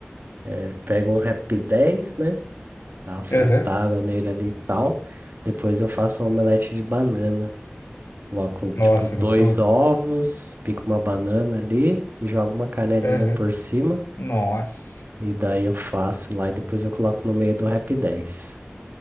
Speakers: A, on the right (about 50°); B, on the left (about 70°).
A: É, pego um Rapidez, né? Dá uma fritada
B: aham.
A: nele ali e tal. Depois eu faço um omelete de banana. Coloco,
B: Nossa,
A: tipo, dois
B: é gostoso.
A: ovos, pico uma banana ali e jogo uma canelinha
B: Aham.
A: por cima.
B: Nossa.
A: E daí eu faço lá e depois eu coloco no meio do Rapidez.